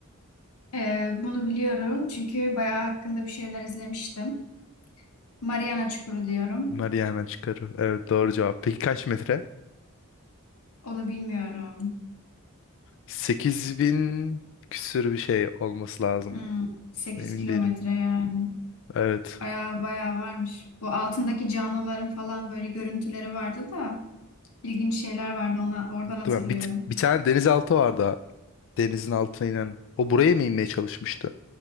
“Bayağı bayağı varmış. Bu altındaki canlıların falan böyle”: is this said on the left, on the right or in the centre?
Left